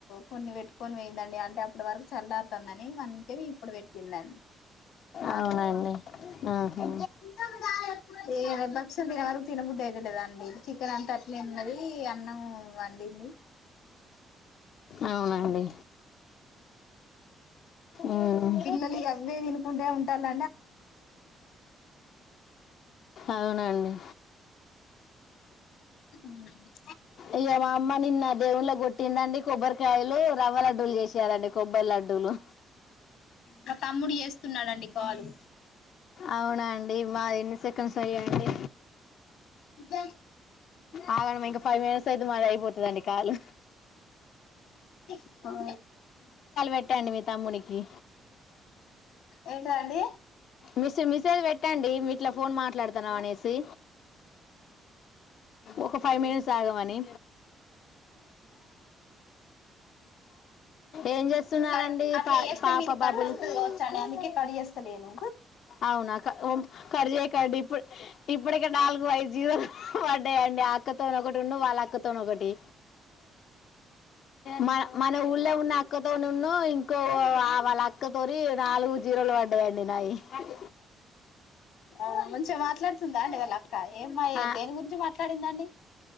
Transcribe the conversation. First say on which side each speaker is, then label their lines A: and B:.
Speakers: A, on the left; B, on the left.
A: కొన్ని పెట్కొని పోయిందండి అంటే అప్పుడ్ వర్కు చల్లర్ అని మనకేం ఇప్పుడు పెట్టిందండి నాది
B: అవునండి
A: కూడా
B: ఆహా.
A: <unintelligible> తి బోయేవరకు తిన వరకు తినబుద్దయితలేదండి చికెనంతట్నే ఉన్నది అన్నం వండింది
B: అవునండి ఉమ్.
A: పిల్లలిగ అవ్వే తినుకుంటే ఉంటాల్ల
B: అవునండి
A: మ్
B: ఇగ మామ్మ నిన్న దేవుంలకొట్టిందండి కొబ్బరికాయలు రవ్వ లడ్డూలు చేసేయాలండి కొబ్బరి లడ్ డ్డులు
A: మా తమ్ముడు చేస్తున్నాడండి కాలు
B: అవునా అండి మా ఎన్ని సెకండ్స్ అయ్యాయండి
A: ఇదా
B: ఆగండి మేం ఇంక ఫైవ్ మినిట్స్ అయితే మాధై పోతదండి కాల్
A: ఆ
B: పెట్టండి మీ తమ్మునికి
A: ఎంటిదండి
B: మిస్ మిసేజ్ పెట్టండి మీ ఇట్లా ఫోన్ మాట్లాడుతన్నాం అనేసి ఒక ఫైవ్ మినిట్స్ ఆగమని ఏం చేస్తున్నారండి
A: కట్ అట్లా
B: పా
A: చేస్తే
B: పాప
A: మీది
B: బాబులు
A: కట్ అవుతది కావచ్చండి అందుకే కట్ చేస్తాలేను
B: అవునా కర్ కర్ చెయ్ కర్ ఇప్ప-ఇప్పుటిక నాలుగు ఐదు జియోలు పడ్డాయ డి ఆ అక్కతోనొకటి ఉండు వాళ్ళక్కతోనొకటి మ మనఊళ్ళే ఉన్నా అక్కతో ను న్నో ఇంకో వాళ్ళ అక్కతోని నాలుగు జీరోలు పడ్డాయండి నాయి యి
A: ఆ మంచిగ మాట్లాడుతుందా అండి వాళ్ళక్క ఏమ్ మాయే
B: ఆ,
A: దేని గురించి మాట్లాడిందండి